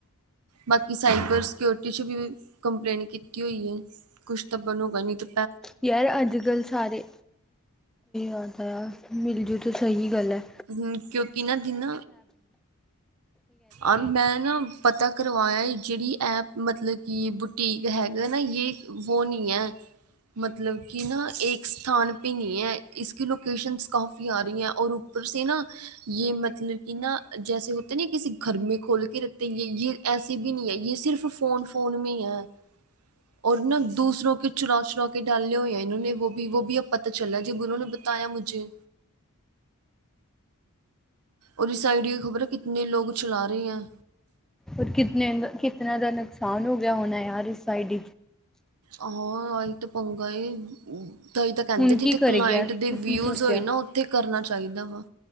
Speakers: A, on the right; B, in the centre.
A: ਬਾਕੀ ਸਾਈਬਰ ਸਿਕਿਓਰਿਟੀ ਚ ਵੀ ਕੰਪਲੇਟ ਕੀਤੀ ਹੋਈ ਹੈ। ਕੁਛ ਤਾਂ ਬਣੂਗਾ ਨਹੀਂ ਤੇ
B: ਯਾਰ ਅੱਜ ਕੱਲ ਸਾਰੇ, ਆਦਾ ਮਿਲ ਜੂ ਤੇ ਸਹੀ ਗੱਲ ਹੈ।
A: ਹੂੰ ਕਿਉਂਕਿ ਨਾ ਦਿਨ, ਔਰ ਮੈਂ ਨਾ ਪਤਾ ਕਰਵਾਇਆ ਐ ਜਿਹੜੀ ਇਹ ਮਤਲਬ ਕਿ ਬੁਟੀਕ ਹੈਗਾ ਨਾ ਯੇ ਵੋ ਨਹੀਂ ਹੈ। ਮਤਲਬ ਕੀ ਨਾ ਇੱਕ ਸਥਾਨ ਪੇ ਨਹੀਂ ਹੈ। ਇਸ ਕੀ ਲੋਕੇਸ਼ਨਸ ਕਾਫੀ ਆ ਰਹੀ ਹੈ ਔਰ ਉੱਪਰ ਸੇ ਨਾ, ਯੇ ਮਤਲਬ ਕੀ ਨਾ ਜੈਸੇ ਹੋਤੇ ਨਾ ਕਿਸੀੇ ਘਰ ਮੇ ਖੋਲ ਕੇ ਰਖਤੇ ਯੇ ਯੇ ਐਸੀ ਵੀ ਨਹੀਂ ਹੈ। ਯੇ ਸਿਰਫ਼ ਫੋਨ-ਫੋਨ ਮੇ ਹੀ ਹੈ। ਔਰ ਨਾ ਦੂਸਰੋ ਕੇ ਚੁਰਾ-ਚੁਰਾ ਕੇ ਡਾਲੇ ਹੋਏ ਹੈ। ਇਨ ਨੇ ਵੋ ਵੀ ਵੋ ਪਤਾ ਚਲਾ ਜਬ ਉਹ ਨੇ ਬਤਾਇਆ ਮੁਝੇ। ਔਰ ਸਾਈਡ ਖਬਰ ਹੈ ਕਿਤਨ ਲੋਕ ਚਲਾ ਰਹੇ ਹੈ।
B: ਔਰ ਕਿਤਨੇ ਦਾ ਕਿਤਨਾ ਦਾ ਨੁਕਸਾਨ ਹੋ ਗਿਆ ਹੋਣਾ ਯਾਰ ਇਸ ਸਾਈਡ
A: ਹਾਂ ਆਹੀ ਤੇ ਪੰਗਾ ਐ। ਤਾਂ ਇਹ ਤਾਂ ਕਹਿੰਦੇ
B: ਹੁਣ
A: ਜਿੱਥੇ
B: ਕੀ ਕਰੇਗੀ
A: ਕਲਾਇੰਟ
B: ਯਾਰ
A: ਦੇ
B: ਤੂੰ
A: ਵਿਊ
B: ਕੀ ਸੋਚਿਆ?
A: ਹੋਏ ਨਾ ਉੱਥੇ ਕਰਨਾ ਚਾਹੀਦਾ ਵਾ।